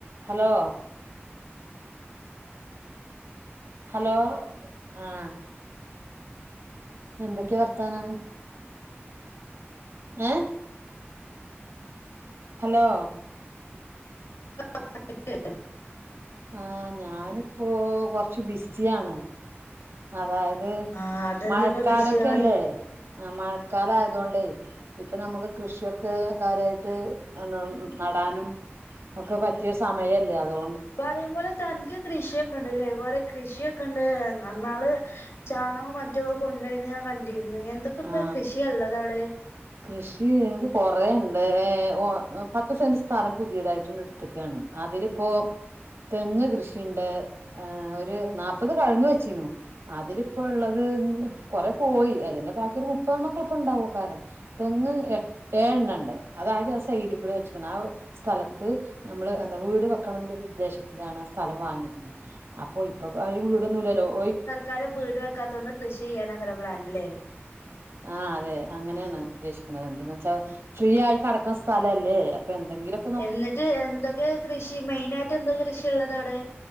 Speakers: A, on the right (about 70°); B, on the left (about 80°).
A: ഹലോ ഹലോ ആ എന്തൊക്കെ വർത്താനം ഏ ഹലോ
B: <unintelligible>
A: ആ ഞാന് ഇപ്പോ കൊർച്ച് ബിസിയാണ് അതായത്
B: ആഹ് അതെന്താപ്പ
A: മഴക്കാലൊക്കല്ലേ
B: ബിസിയാവാന്
A: ആ മഴക്കാലം ആയതൊണ്ടേ ഇപ്പൊ നമുക്ക് കൃഷിയൊക്കെ കാര്യായിട്ട് നടാനും ഒക്ക പറ്റിയൊര് സമയല്ലേ അതൊ
B: പറീം പോലെ തൻക്ക് കൃഷിം ണ്ട്ലെ ഇതുപോലെ കൃഷിയൊക്ക ഇണ്ട്ലെ നന്നാള് ചാണകും മറ്റു ഒക്ക കോണ്ടര്ന ഞാൻ ക ണ്ടിര്ന്ന് എന്തൊക്കെ ഇപ്പ
A: ആ
B: കൃഷിയ ഇള്ളത് അവ്ടെ
A: കൃഷി ഇൻക്ക് കൊറെ ഇണ്ട് ഏ ഓ പത്ത് സെന്റ് സ്ഥലം പുതിയതായിട്ടുണ്ട്ട് ത്ത്ക്കാണ് അതില് ഇപ്പോ തെങ്ങ് കൃഷിണ്ട് ഒരു നാപ്പത് കഴങ്ങ് വെച്ചിരുന്നു അതില് ഇപ്പോള്ളത് കൊറെ പോയി അതിന്റെ ബാക്കി ഒരു മുപ്പതണ്ണൊക്കെ അപ്പ ഇണ്ടാവോകാരം തെങ്ങ് എ ഏഴണ്ണ ഇണ്ട് അതായത് ആ സൈഡ് കൂടെ വെച്ച്ക്ക്ണ് ആ സ്ഥലത്ത് ഞാമ്മള് എന്താ വീട് വെക്കണന്ന്ല്ലരു ഉദ്ദേശത്തിലാണ് ആ സ്ഥലം വാങ്ങിക്ക്ണ അപ്പൊ ഇപ്പൊ അവര് വീടൊന്നുലല്ലോ ഓയ്
B: കാരണം വീട് വെക്കാത്തൊണ്ട് കൃഷി ചെയ്യാനക്കാരം പ്ലാന് ലെ
A: ആ അതെ അങ്ങനെണ് ഉദ്ദേശിക്ക്ണത് എന്തന്ന് വെച്ചാ ഫ്രീ ആയി കട ക്ക്ണ സ്ഥലല്ലേ അപ്പ എന്തെങ്കിലും
B: എന്നിട്ട് എന്തൊക്കെ കൃഷി മെയിൻ ആയിട്ട് എന്ത് കൃഷി ഇള്ളത് അവ്ടെ